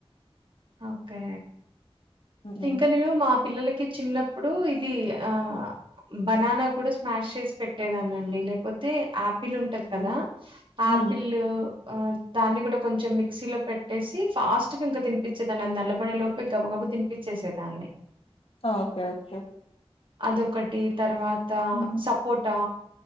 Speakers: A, on the right; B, on the left.
A: ఓకే
B: ఉమ్
A: ఇంకా నేను మా పిల్లలకి చిన్నప్పుడు ఇది ఆ బనానా కూడా స్మాష్ చేసి పెటే పేట్టేదానండి లేకపోతే ఆపిల్ ఉంటది కదా
B: ఉమ్ హ్మ్.
A: ఆపిల్ ఆ దాన్ని కూడా కొంచెం మిక్సీ లో పెట్టేసి ఫాస్ట్ గా ఇంకా తి తినిపించేదాన్ని అది నల్లబడి లోపు గబగబ తినిపించేసేదాన్ని
B: ఓకే ఓకే
A: అదొకటి తర్వాత్ త
B: హ్మ్.
A: సపోటా